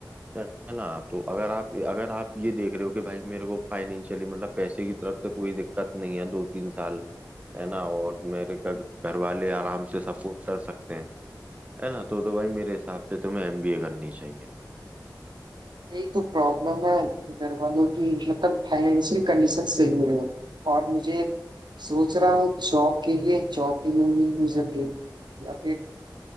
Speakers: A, on the right (about 20°); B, on the right (about 85°).
A: है ना तो अगर आप अगर आप ये देख रहे हो कि भाई मेरे को फाइनेंशियली मतलब पैसे की तरफ से कोई दिक्कत नहीं है दो तीन साल है ना और मेरे का घर वाले आराम से सपोर्ट कर सकते हैं है ना तो तो भाई मेरे हिसाब से तुम्हें एमबीए करनी चाहिए
B: यही तो प्रॉब्लम है घर वालों की मतलब फाइनेंशियल कंडीशन सही नहीं है और मुझे सोच रहा हूँ जॉब के लिए जॉब की नहीं मिल मुझे रही या फिर